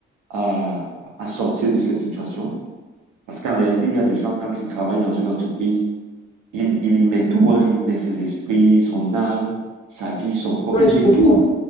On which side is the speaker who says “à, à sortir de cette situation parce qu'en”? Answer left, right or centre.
Right